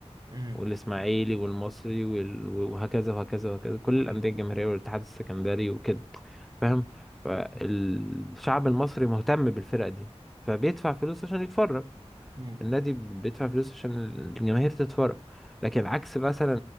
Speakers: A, on the right; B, in the centre.
A: امم
B: والإسماعيلي والمصري وال... وهكذا وهكذا وهكذا كل
A: صحيح
B: الأندية الجماهيرية والاتحاد السكندري وكده فاهم فالشعب المصري مهتم بالفرق دي فبيدفع فلوس عشان يتفرج
A: امم
B: النادي بيدفع فلوس عشان الجماهير تتفرج لكن عكس مثلا